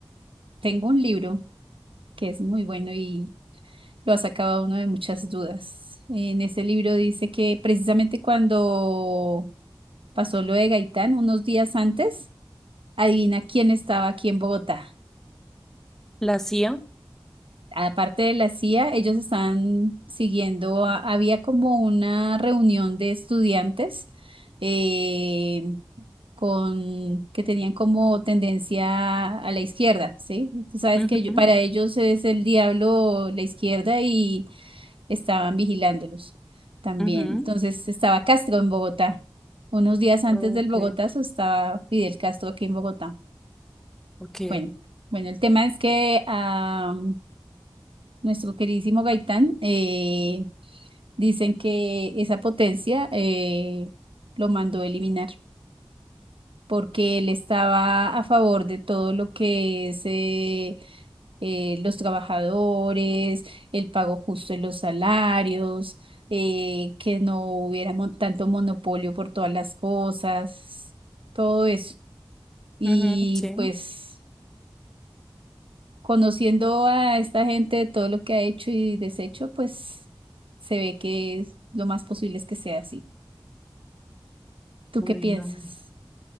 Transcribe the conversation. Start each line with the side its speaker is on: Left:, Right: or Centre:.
Right: tengo un libro que es muy bueno y lo ha sacado uno de muchas dudas. En ese libro dice que precisamente cuando pasó lo de Gaitán unos días antes. Adivina quién estaba aquí en Bogotá.
Centre: La CIA.
Right: Aparte de la CIA, ellos estaban siguiendo, a- había como una reunión de estudiantes eh, con, que tenían como tendencia a la izquierda, ¿sí? Tú sabes
Centre: Ujú,
Right: que yo- para ellos es el diablo la izquierda y estaban vigilándolos también.
Centre: ujú,
Right: Entonces estaba Castro en Bogotá. Unos días antes
Centre: ok,
Right: del Bogotazo estaba Fidel Castro aquí en Bogotá.
Centre: ok,
Right: Bueno, bueno, el tema es que a nuestro queridísimo Gaitán eh, dicen que esa potencia eh, lo mandó a eliminar porque él estaba a favor de todo lo que es eh, eh, los trabajadores, el pago justo en los salarios, eh, que no hubiera mon- tanto monopolio por todas las cosas, todo eso. Y
Centre: ujú, sí.
Right: pues Conociendo a esta gente, todo lo que ha hecho y deshecho, pues se ve que es- lo más posible es que sea así. ¿Tú
Centre: bueno,
Right: qué piensas?